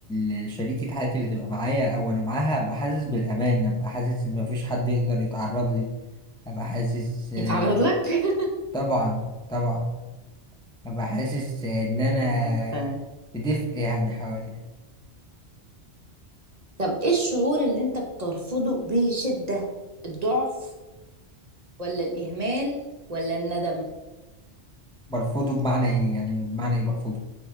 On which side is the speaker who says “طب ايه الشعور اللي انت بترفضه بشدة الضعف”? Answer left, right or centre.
Right